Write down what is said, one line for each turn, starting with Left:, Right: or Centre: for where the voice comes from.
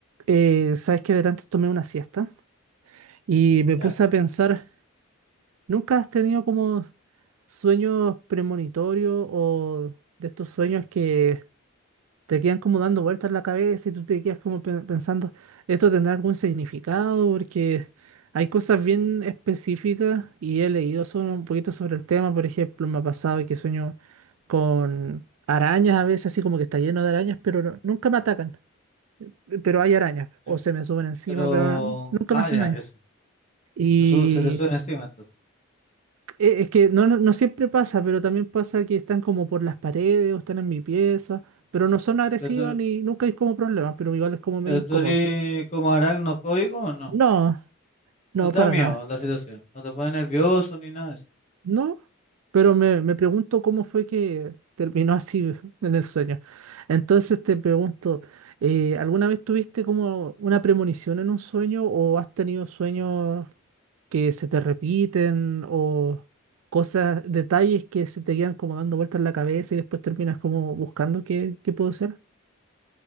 Right: Eh, sabes que adelante tomé una siesta y me
Left: Ya,
Right: puse a pensar, ¿nunca has tenido como sueños premonitorios o de estos sueños que te quedan como dando vueltas en la cabeza y tú te quedas como pe- pensando, ¿esto tendrá algún significado? Porque hay cosas bien específicas y he leído sobre- un poquito sobre el tema, por ejemplo, me ha pasado que sueño con arañas a veces, así como que está lleno de arañas, pero no- nunca me atacan pero hay arañas, o
Left: ya.
Right: se me suben encima,
Left: Pero,
Right: pero no- nunca
Left: ah,
Right: me hacen
Left: ya,
Right: daño.
Left: eso.
Right: Y
Left: Eso se te sube encima entonces.
Right: e- es que no, no, no siempre pasa, pero también pasa que están como por las paredes o están en mi pieza, pero no son agresivas
Left: Pero tú,
Right: ni nunca hay como problemas, pero igual es como medio
Left: pero
Right: incómodo.
Left: tú eres como aracnofóbico o no?
Right: No, no,
Left: No te
Right: para
Left: da miedo
Right: nada.
Left: la situación, no te pone nervioso ni nada de eso.
Right: No, pero me, me pregunto cómo fue que terminó así en el sueño. Entonces te pregunto, eh, ¿alguna vez tuviste como una premonición en un sueño o has tenido sueños que se te repiten o cosas, detalles que se te quedan como dando vueltas en la cabeza y después terminas como buscando qué, qué puede ser?